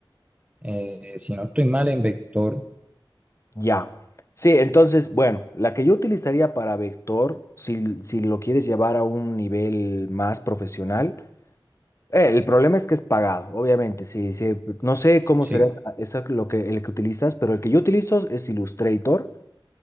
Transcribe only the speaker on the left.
Ya. Sí, entonces, bueno, la que yo utilizaría para vector, si, si lo quieres llevar a un nivel más profesional, eh, el problema es que es pagado, obviamente. Sí, sí, no sé cómo
será esa, lo que, el que utilizas, pero el que yo utilizo es Illustrator.